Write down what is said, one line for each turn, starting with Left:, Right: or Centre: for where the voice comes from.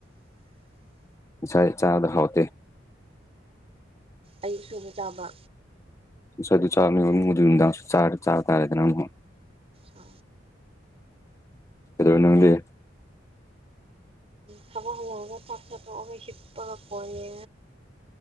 Left: ꯉ ꯆꯥꯗ ꯍꯥꯎꯇꯦ
Right: ꯑꯌꯨꯛ ꯁꯨꯕ ꯇꯥꯕ
Left: ꯁꯁꯋꯥ ꯑꯗꯨ ꯆꯥꯔꯅꯤ ꯃꯗꯨ ꯅꯨꯡꯗꯥꯡ ꯆ ꯆꯥ ꯇꯥꯔꯦꯗꯅ ꯑꯃꯨꯛ
Right: ꯑ
Left: ꯑꯦꯗꯅꯗꯤ
Right: ꯊꯕ ꯁ ꯊꯞ ꯊꯁꯤꯞꯄꯒꯄꯅꯤ